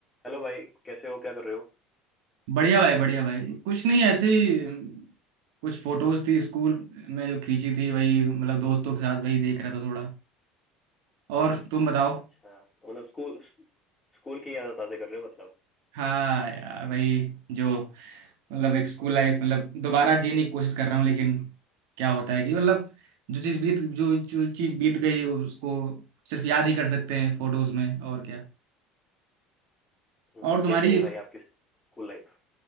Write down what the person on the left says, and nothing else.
Hello भाई कैसे हो क्या कर रहे हो
अच्छा तो मतलब स्कूल स्कूल की यादें ताज़ा कर रहे हो मतलब
हम्म,
कैसी थी भाई आपकी स्कूल लाइफ